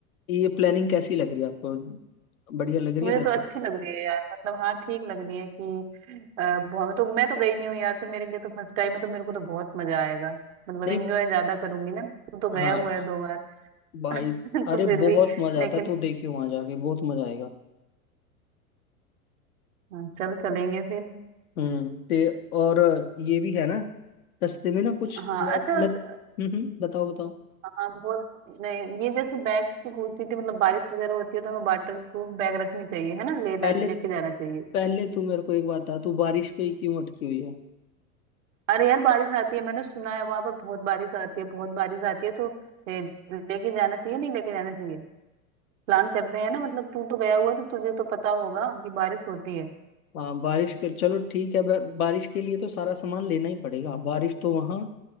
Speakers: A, on the left (about 75°); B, on the right (about 60°).
A: ये प्लानिंग कैसी लग रही है आपको बढ़िया लग रही
B: मुझे
A: है तेरे
B: तो अच्छी
A: को
B: लग रही है यार मतलब हाँ ठीक लग रही है कि अ, बहुत मैं तो मैं तो गई नहीं हूँ यार तो मेरे लिए तो फर्स्ट टाइम है तो मेरे को तो बहुत मजा आएगा मतलब
A: नहीं
B: एंजॉय ज्यादा करूंगी ना तू तो गया
A: हाँ
B: हुआ है दो बार
A: भाई
B: <laughs>
A: अरे
B: तो फिर भी
A: बहुत मजा
B: लेकिन
A: आता है तो देखियो वहां जाके बहुत मजा आएगा
B: हाँ, चल चलेंगे फिर
A: हम्म ते और ये भी है ना रास्ते में ना कुछ
B: अ, हाँ
A: मैं
B: अच्छा
A: मैं
B: उस-
A: हम्म हम्म, बताओ बताओ
B: हाँ बोल नहीं ये जैसे बैग की पूछ रही थी मतलब बारिश वगैरह होती है तो हमें वाटर प्रूफ बैग रखनी चाहिए है ना लेना
A: पहले
B: लेके जाना चाहिए
A: पहले तू मेरे को एक बात बता तू बारिश पे ही क्यों अटकी हुई है
B: अरे यार बारिश आती है मैंने सुना है वहां पर बहुत बारिश आती है बहुत बारिश आती है तो ए, लेके जाना चाहिए नहीं लेके जाना चाहिए प्लान करते हैं ना मतलब तू तो गया हुआ है, तो तुझे तो पता होगा कि बारिश होती है
A: हाँ बारिश के चलो ठीक है ब- बारिश के लिए तो सारा सामान लेना ही पड़ेगा बारिश तो वहाँ